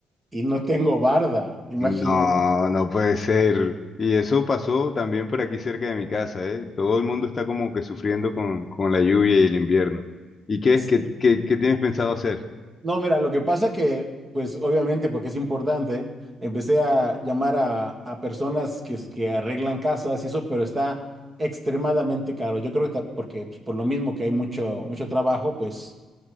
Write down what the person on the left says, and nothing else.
No, no puede ser. Y eso pasó también por aquí cerca de mi casa, ¿eh? Todo el mundo está como que sufriendo con, con la lluvia y el invierno. ¿Y qué
es? ¿Qué, qué, qué tienes pensado hacer?